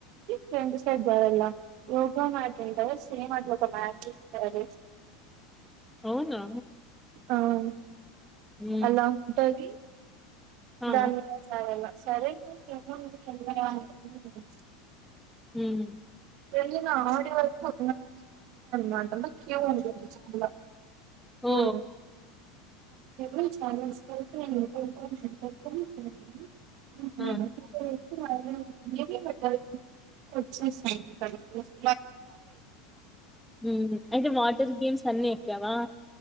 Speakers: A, on the right; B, in the centre.
A: ఫ్రెండ్ సైడ్ జారలా యోగా మ్యాట్ ఉంటారు సేమ్ అట్లా ఒక మ్యాట్ ఇస్తారు
B: అవునా
A: అవును
B: ఉమ్
A: అలా ఉంటాది
B: ఆ
A: ధాన్ మీద నుంచీ ఆడాల సరే <unintelligible>
B: ఉమ్
A: వెళ్ళినా ఆడి వరకు మంటలో క్యూ ఉంది చాలా
B: ఓ
A: ఉ ూ చఛాలస్ <unintelligible> చె సడి <unintelligible>
B: ఆ
A: <unintelligible> మీ <unintelligible>
B: హమ్ అయితే వాటర్ గేమ్స్ అన్ని ఎక్కావా